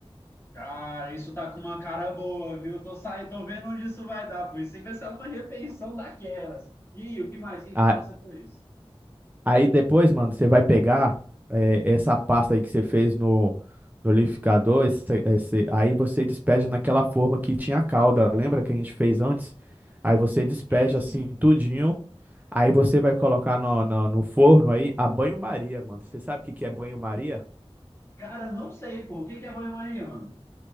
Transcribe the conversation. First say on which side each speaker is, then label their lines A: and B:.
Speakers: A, on the left; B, on the right.
A: Cara, isso tá com uma cara boa, viu? Tô saindo, tô vendo onde isso vai dar, pô. Isso aí vai ser uma repensão daquelas. E o que mais? O que que
B: Ah,
A: eu faço depois?
B: Aí depois, mano, você vai pegar eh, essa pasta aí que você fez no, no liquidificador, esse- esse- aí você despeja naquela forma que tinha a calda, lembra que a gente fez antes? Aí você despeja
A: Isso,
B: assim
A: hein?
B: tudinho, aí você vai colocar no, no, no forno aí a banho-maria, mano. Você sabe o que que é banho-maria?
A: Cara, não sei, pô. O que que é banho-maria, mano?